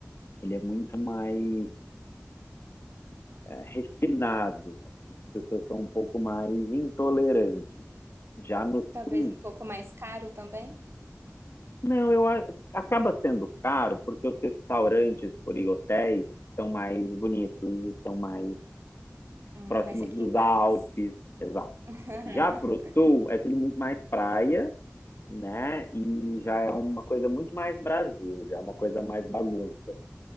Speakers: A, on the left (about 50°); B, on the right (about 55°).
A: ele é muito mais é, refinado, as pessoas são um pouco mais intolerantes. Já no
B: Talvez
A: sul,
B: um pouco mais caro também,
A: não, eu a- acaba sendo caro, porque os restaurantes por aí, hotéis são mais bonitos, são mais
B: Hum,
A: próximos
B: mas é quintais.
A: dos Alpes, exato.
B: <laughs>
A: Já pro sul, é tudo muito mais praia, né? E já é uma coisa muito mais Brasil, já é uma coisa mais bagunça.